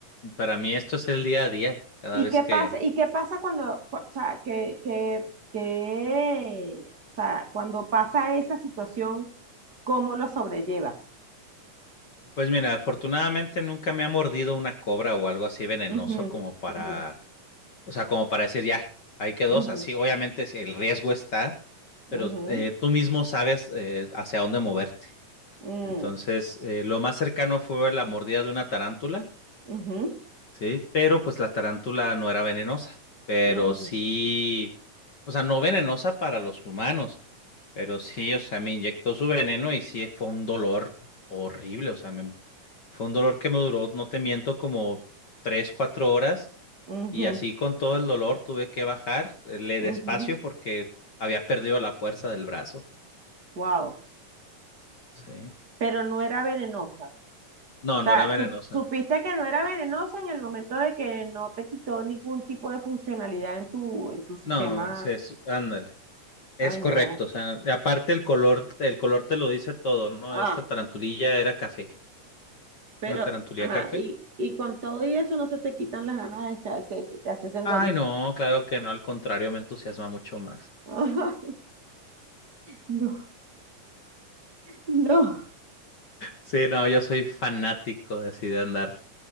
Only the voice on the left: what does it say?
para mí esto es el día a día, cada
vez
que
Pues mira, afortunadamente nunca me ha mordido una cobra o algo así venenoso
como para,
o sea, como para decir ya, ahí quedó,
o sea, sí, obviamente sí, el riesgo está,
pero eh, tú mismo sabes eh, hacia dónde moverte.
Entonces, eh, lo más cercano fue la mordida de una tarántula.
Sí, pero pues la tarántula no era venenosa, pero
sí, o sea, no venenosa para los humanos, pero sí, o sea, me inyectó su veneno y sí fue un dolor horrible, o sea, me- fue un dolor que me duró, no te miento, como tres, cuatro horas
y así con todo el dolor tuve que bajar, eh, le
despacio porque había perdido la fuerza del brazo.
Sí.
No, no
era venenosa.
No, se, ándale. Es
correcto,
o sea, aparte el color, el color te lo dice todo, ¿no?
Esta tarantulilla era café,
una tarantulilla
café.
Ay, no, claro que no, al contrario, me entusiasma mucho más.
Sí, no, yo soy fanático de así de andar,